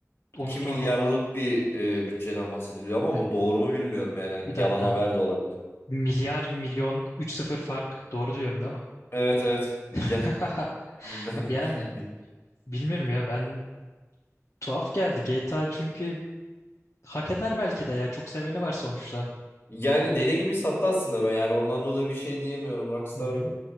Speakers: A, on the left (about 65°); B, on the left (about 40°).
A: Unuttum
B: iki milyarlık
A: hemen.
B: bir e, bütçeden bahsediliyor ama
A: Evet,
B: bu doğru mu bilmiyorum. Yani
A: bir dakika.
B: yalan haber de olabilir.
A: Milyar milyon üç sıfır fark. Doğru diyorum değil mi?
B: Evet evet milyar.
A: <laughs>
B: <laughs>
A: Yani bilmiyorum ya ben tuhaf geldi GTA çünkü hak eder belki de ya çok seveni var sonuçta.
B: Yani deli gibi sattı aslında ben. Yani ondan dolayı bir şey diyemiyorum. Rockstar
A: Hı hı.